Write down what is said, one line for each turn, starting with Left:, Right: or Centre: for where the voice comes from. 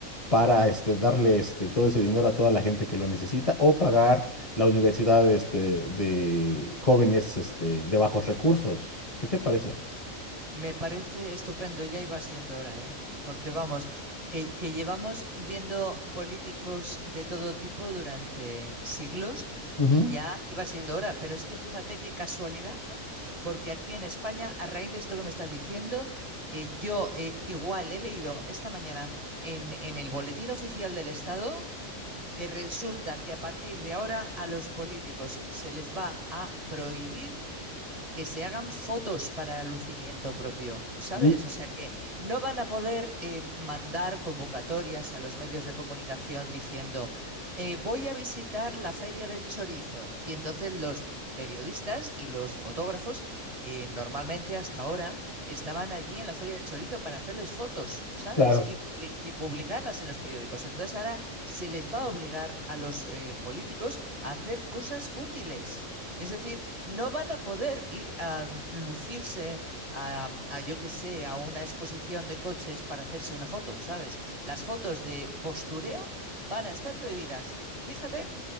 Left: para este, darle este, todo ese dinero a toda la gente que lo necesita o pagar la universidad este, de jóvenes este, de bajos recursos. ¿Qué te parece?
Right: Me parece estupendo, ya iba siendo hora, ¿eh? Porque vamos, que, que llevamos viendo políticos de todo tipo durante siglos
Left: Ujú.
Right: y ya iba siendo hora. Pero es que fíjate qué casualidad, porque aquí en España, a raíz de esto que me estás diciendo, eh, yo eh, igual he leído esta mañana en, en el Boletín Oficial del Estado que resulta que a partir de ahora a los políticos se les va a prohibir que se hagan fotos para el lucimiento propio, ¿sabes?
Left: Mm,
Right: O sea que no van a poder eh, mandar convocatorias a los medios de comunicación diciendo, eh, voy a visitar la Feria del Chorizo. Y entonces los periodistas y los fotógrafos eh, normalmente hasta ahora estaban allí en la Feria del Chorizo para hacerles fotos, ¿sabes?
Left: Claro.
Right: Y, publi- y publicarlas en los periódicos. Entonces ahora se les va a obligar a los eh, políticos a hacer cosas útiles. Es decir, no van a poder ir a lucirse a, a, yo qué sé, a una exposición de coches para hacerse una foto, ¿sabes? Las fotos de postureo van a estar prohibidas. Fíjate.